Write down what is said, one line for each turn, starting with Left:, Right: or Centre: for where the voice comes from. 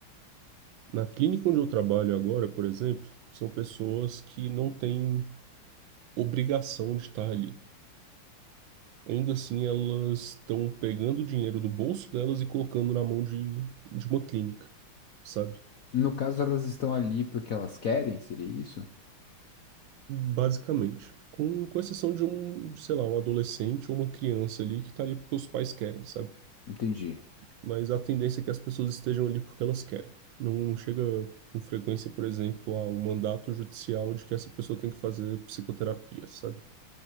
Right: Na clínica onde eu trabalho agora, por exemplo, são pessoas que não têm obrigação de estar ali. Ainda assim, elas estão pegando o dinheiro do bolso delas e colocando na mão de, de uma clínica, sabe?
Left: No caso, elas estão ali porque elas querem, seria isso?
Right: basicamente. Com, com exceção de um, sei lá, um adolescente ou uma criança ali que tá ali porque os pais querem, sabe?
Left: Entendi.
Right: Mas a tendência é que as pessoas estejam ali porque elas querem. Não, não chega com frequência, por exemplo, a um mandato judicial de que essa pessoa tem que fazer psicoterapia, sabe?